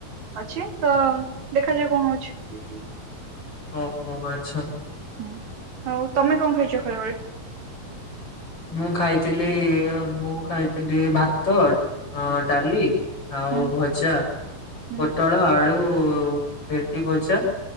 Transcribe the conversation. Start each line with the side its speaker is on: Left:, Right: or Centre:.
Right: ଅଛି ତ ଦେଖାଯାଉ କଣ ହଉଛି ହୁଁ ହୁଁ
Left: ହଁ ଓହୋ ଆଚ୍ଛା
Right: ହୁଁ ହଉ ତମେ କଣ ଖାଇଛ ଖରାବେଳେ
Left: ମୁଁ ଖାଇଥିଲି ମୁଁ ଖାଇଥିଲି ଭାତ ଡାଲି ଆଉ
Right: ହୁଁ
Left: ଭଜା
Right: ହୁଁ
Left: ପୋଟଳ ଆଳୁ ଭେଣ୍ଡି ଭଜା